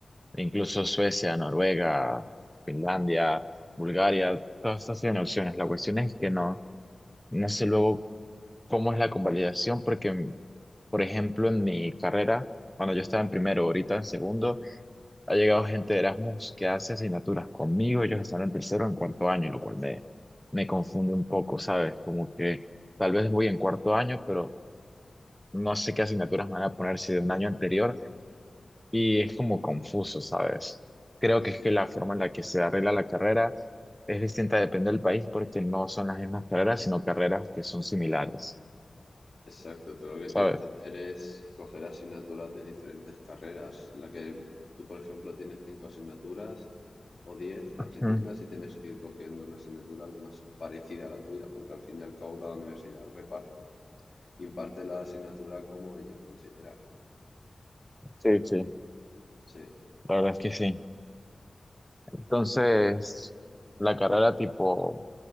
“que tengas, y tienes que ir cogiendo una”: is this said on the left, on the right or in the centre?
Left